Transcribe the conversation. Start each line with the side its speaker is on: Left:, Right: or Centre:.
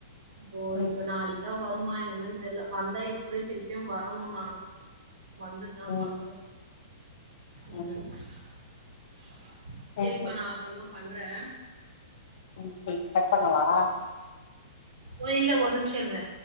Right: இப்போ
Left: ம்
Right: இப்ப நாளைக்குதா வ. வருமா என்னன்னு தெரியல வந்தா எப்படியும் திருப்பியும் வரணும் நானு. வந்துட்டு தான்
Left: ம்
Right: பண்ணனு.
Left: ம்
Right: என்னது.
Left: ம்
Right: <inaudible>
Left: சரி
Right: சரிப்பா நா அப்புறமா பண்ற. <inaudible>
Left: <unintelligible> ஆஹ.
Right: ஒரு இல்ல ஒரு நிமிஷம் இருங்க.